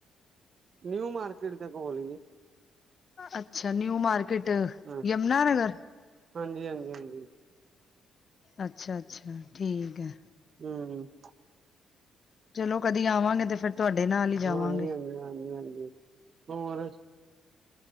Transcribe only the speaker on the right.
ਨਿਊ ਮਾਰਕੀਟ ਦੇ ਕੋਲ ਈ ਏ।
ਹਾਂ
ਹਾਂਜੀ ਹਾਂਜੀ ਹਾਂਜੀ
ਹੂੰ, ਹੂੰ
ਹਾਂਜੀ-ਹਾਂਜੀ-ਹਾਂਜੀ-ਹਾਂਜੀ ਹੋਰ